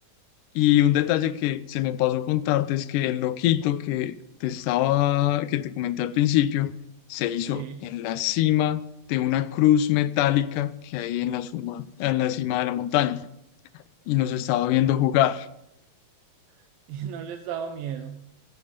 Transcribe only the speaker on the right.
Sí,
<laughs> y no les daba miedo.